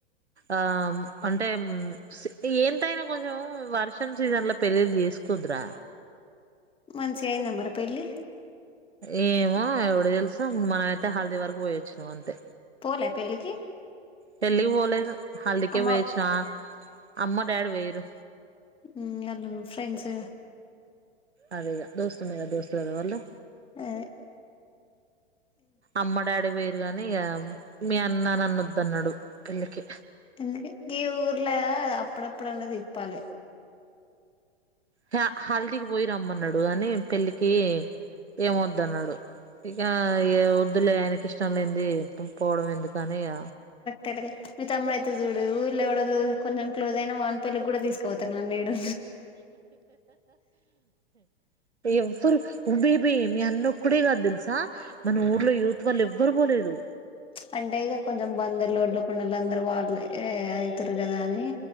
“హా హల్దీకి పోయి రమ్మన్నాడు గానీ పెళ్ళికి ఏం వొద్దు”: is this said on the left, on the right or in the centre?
Right